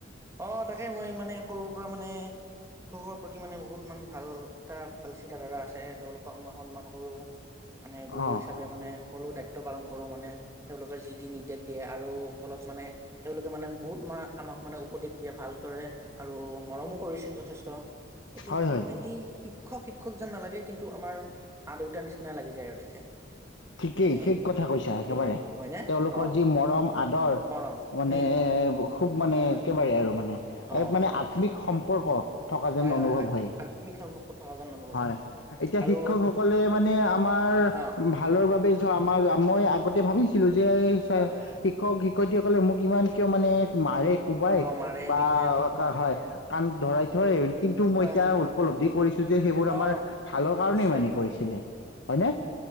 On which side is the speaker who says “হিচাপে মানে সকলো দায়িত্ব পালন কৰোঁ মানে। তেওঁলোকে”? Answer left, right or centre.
Right